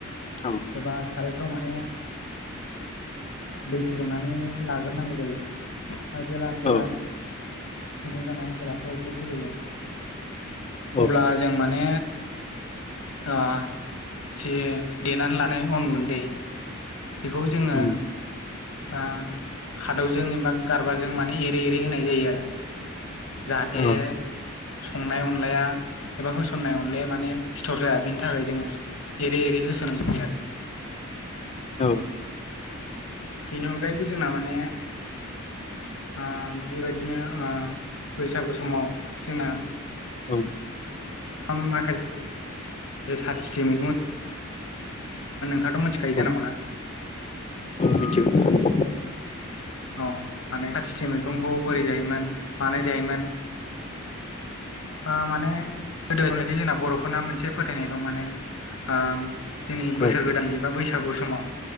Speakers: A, on the left (about 30°); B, on the left (about 70°).
A: औ
B: एबा सारायफ्राव माने दै फुदुंनानै लाग्रोनांगौ जायो। जेला
A: औ
B: दैया गुदुं जानानै जेला ग्लब ग्लब गोदौवो
A: औ
B: अब्ला जों माने अ जे देनानै लानाय अन गुन्दै बेखौ जोङो
A: उम
B: ओ खादौजों एबा गारबाजों माने एरै-एरै होनाय जायो आरो। जाहाथे
A: औ
B: संनाय अनलाया एबा होसननाय अनलाया माने फिथर जाया बेनि थाखाय जोङो ओरै ओरै होसोनिरयो आरो
A: औ
B: बेनि अनगायैबो जोंना माने ओ बेबायदिनो ओ बैसागु समाव जोंना
A: औ
B: <unintelligible> माखा साथि मैगं <unintelligible> नोंथांआथ' मिथिखायो जानांगौ
A: औ
B: ना?
A: मिथिगौ नोंथां।
B: औ माने खाथिथि मैगंखौ बोरै जायोमोन मानाय जायोमोन। ओ माने गोदोनि बादि जोंना बर'फोरना मोनसे फोथायनाय दं माने ओम जोंनि बोसोर
A: औ
B: गोदान एबा बैसागु समाव